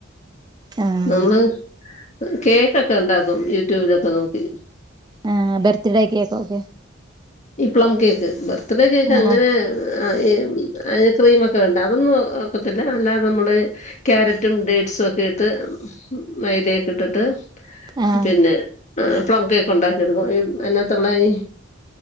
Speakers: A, on the right; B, on the left.
A: ആഹ്
B: നമ്മള് കേക്കൊക്കെ ഉണ്ടാക്കും യൂട്യൂബിലൊക്കെ നോക്കി
A: ആ ബർത്ത്ഡേ കേക്കൊക്കെ
B: ഈ പ്ലം കേക്ക് ബർത്ത്ഡേ കേക്ക്
A: ആഹ്
B: അങ്ങനെ ആ അതിന് ക്രീമൊക്കെ വേണ്ടേ അതൊന്നും ഒക്കത്തില്ല അല്ലാതെ നമ്മള് ക്യാരറ്റും ഡേറ്റ്സും ഒക്കെ ഇട്ട് മൈദേ ഒക്കെ ഇട്ടിട്ട്
A: ആഹ്
B: പിന്നെ പ്ലം കേക്ക് ഉണ്ടാക്കി എടുക്കും അതിനത്തുള്ള ഈ